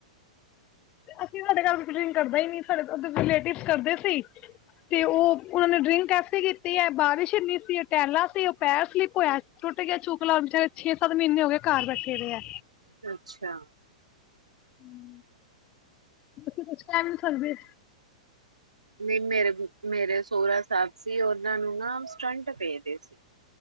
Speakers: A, on the left; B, on the right.
A: ਅਸੀਂ ਸਾਡੇ ਘਰ ਕੋਈ ਡਰਿੰਕ ਕਰਦਾ ਹੀ ਨਹੀਂ। ਸਾਡੇ ਉਧਰ ਰਿਲੇਟਿਵ ਕਰਦੇ ਸੀ। ਤੇ ਉਹ ਉਹਨਾਂ ਨੇ ਡਰਿੰਕ ਕੈਸੇ ਕੀਤੀ ਐ। ਬਾਰਿਸ਼ ਇੰਨੀ ਸੀ ਉਹ ਟਾਇਲਾਂ ਸੀ। ਉਹ ਪੈਰ ਸਲਿੱਪ ਹੋਇਆ, ਟੁੱਟ ਗਿਆ ਚੂਕ ਲਾਉਣ ਛੇ ਸੱਤ ਮਹੀਨੇ ਹੋ ਗਏ ਘਰ ਬੈਠੇ ਦੇ ਹੈ
B: ਅੱਛਾ।
A: ਹੂੰ। ਉੱਥੇ ਕੁਛ ਕੰਮ ਹਾਂਜੀ।
B: ਨਹੀਂ ਮੇਰੇ ਮੇਰੇ ਸੋਹਰਾ ਸਾਹਿਬ ਸੀ। ਉਹਨਾਂ ਨੂੰ ਨਾ ਸਟੰਟ ਪਏ ਦੇ ਸੀ